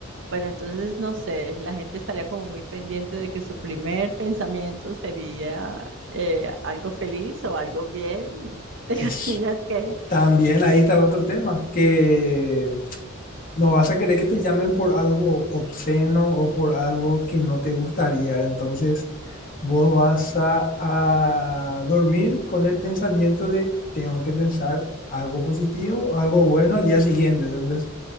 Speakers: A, on the right; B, on the left.
A: bueno, entonces no sé, la gente estaría como muy pendiente de que su primer pensamiento sería eh, algo feliz o algo bien. <laughs> ¿Te
B: Es,
A: imaginas que,
B: también ahí está otro tema, que no vas a querer que te llamen por algo obsceno o por algo que no te gustaría. Entonces, vos vas a, a dormir con el pensamiento de, tengo que pensar algo positivo, algo bueno al día siguiente. Entonces,